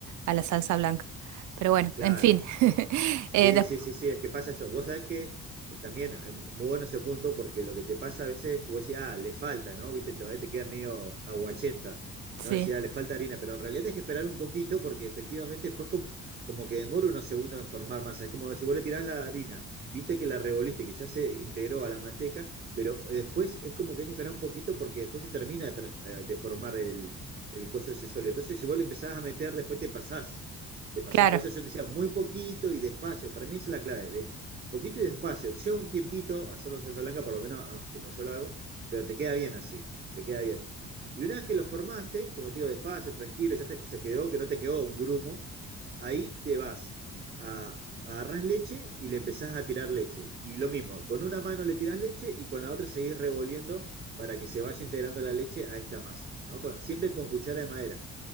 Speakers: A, on the right; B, on the right.
A: a la salsa blanca. Pero bueno,
B: Claro.
A: en fin. <laughs>
B: Sí,
A: Eh, des-
B: sí, sí, sí, es que pasa eso. Vos sabés que eh, también, eh, muy bueno ese punto, porque lo que te pasa a veces es que vos decís, ah, le falta, ¿no? Viste, todavía te queda medio aguachenta,
A: sí,
B: ¿no? Decís, ah, le falta harina, pero en realidad tenés que esperar un poquito porque efectivamente después como, como que demora unos segundos en formar masa. Es como que si vos le tirás la harina, viste que la revoliste, que ya se integró a la manteca, pero eh, después es como que hay que esperar un poquito porque después se termina de, tra- eh, de formar el, el coso ese sólido. Entonces, si vos le empezás a meter, después te pasás. Te pasás,
A: claro,
B: por eso yo te decía muy poquito y despacio. Para mí esa es la clave, de poquito y despacio. Lleva un tiempito hacerlo salsa blanca, por lo menos ah, como yo lo hago, pero te queda bien así, te queda bien. Y una vez que lo formaste, como te digo, despacio, tranquilo, ya se se quedó, que no te quedó un grumo, ahí te vas, a, agarrás leche y le empezás a tirar leche. Y lo mismo, con una mano le tirás leche y con la otra seguís revolviendo para que se vaya integrando la leche a esta masa, ¿no? Con- siempre con cuchara de madera.